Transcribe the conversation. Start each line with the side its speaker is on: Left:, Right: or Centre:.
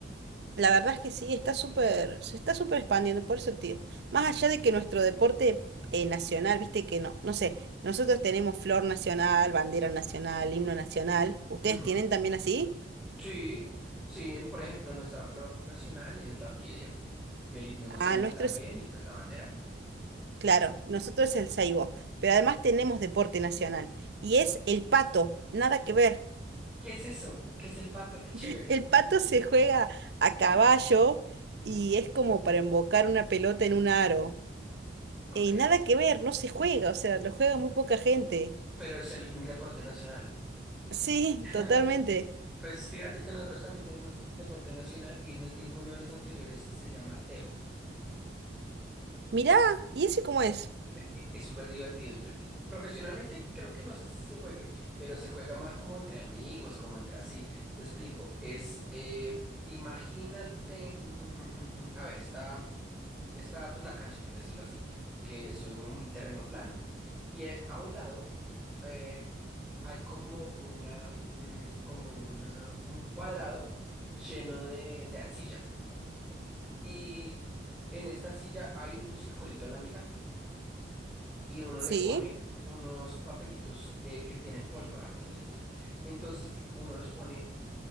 Right: La verdad es que sí, está súper, se está súper expandiendo, por eso, tío. Más allá de que nuestro deporte eh, nacional, viste que no, no sé, nosotros tenemos flor nacional, bandera nacional, himno nacional. ¿Ustedes
Centre: Ujú.
Right: tienen también así?
Centre: Sí, sí, en- por ejemplo, nuestra flor nacional es la orquídea, el himno nacional
Right: Ah, nuestro
Centre: también
Right: es,
Centre: y pues la bandera.
Right: claro, nosotros es el saibo, pero además tenemos deporte nacional y es el pato, nada que ver.
Centre: ¿Qué es eso? ¿Qué es el pato? Qué chévere.
Right: <laughs> El pato se juega a caballo y es como para embocar una pelota en un aro.
Centre: Ok,
Right: Y nada que ver, no se juega, o sea, lo juega muy poca gente.
Centre: pero es el deporte nacional.
Right: Sí,
Centre: <laughs>
Right: totalmente.
Centre: Pues fíjate que nosotros también tenemos deporte nacional y no es ninguno de los anteriores, se llama tejo.
Right: Mirá, ¿y ese cómo es?
Centre: E- e- Es súper divertido. Yo eh, profesionalmente creo que no sé si se juegue, pero se juega más como entre amigos, como entre así. Te explico, es, eh, imagínate, mm, mm, mm, mm, mm, a ver, está está pues la cancha, por decirlo así, que es un terreno plano. Y eh, a un lado eh, hay como una, mm, como una, un cuadrado lleno de, de arcilla. Y en esta arcilla hay un circulito en la mitad y uno
Right: Sí.
Centre: le pone unos papelitos eh, que tienen pólvora por dentro. Entonces uno los pone